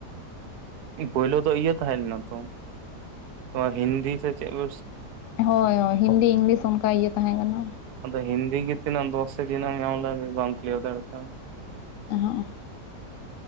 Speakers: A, on the right; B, on the left.
A: ᱩᱸ ᱯᱩᱭᱞᱩ ᱫᱚ ᱤᱭᱟᱹ ᱛᱟᱦᱮᱸ ᱞᱮᱱᱟ ᱛᱚ ᱱᱚᱣᱟ ᱦᱤᱱᱫᱤ ᱥᱮ ᱪᱮᱜ ᱵᱮᱥ
B: ᱦᱚᱭ ᱦᱚᱭ ᱦᱤᱱᱫᱤ ᱤᱝᱞᱤᱥ ᱚᱱᱠᱟ ᱤᱭᱟᱹ ᱛᱟᱦᱮᱸ ᱠᱟᱱᱟ᱾
A: ᱟᱫᱚ ᱦᱤᱱᱫᱤ ᱜᱮ ᱛᱤᱱᱟᱹᱜ ᱫᱚᱥ ᱥᱮ ᱛᱤᱱᱟᱹᱜ ᱮᱢ ᱧᱟᱢ <unintelligible> ᱵᱟᱢ ᱠᱞᱤᱭᱟᱨ ᱫᱟᱲᱮ ᱠᱟᱣᱫᱟ᱾
B: ᱮᱸ ᱦᱚᱸᱜᱼᱚ